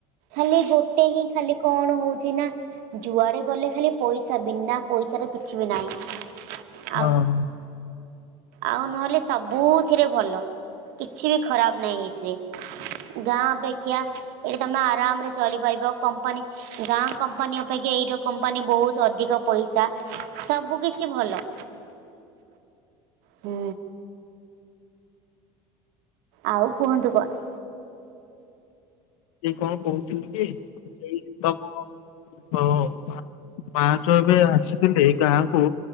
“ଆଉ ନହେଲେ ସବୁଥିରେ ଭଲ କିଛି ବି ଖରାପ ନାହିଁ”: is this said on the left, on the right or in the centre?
Right